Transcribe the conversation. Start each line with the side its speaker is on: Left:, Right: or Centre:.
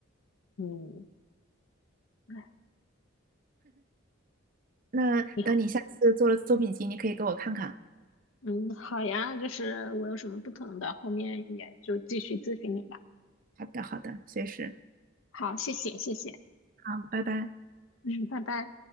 Left: 嗯，哎，
Right: 那等你下次做了作品集，
Left: 以后。
Right: 你可以给我看看。
Left: 嗯，好呀，就是我有什么不懂的，后面也就继续咨询你吧。
Right: 好的，好的，随时。
Left: 好，谢谢，谢谢，
Right: 好，拜拜。
Left: 嗯，拜拜。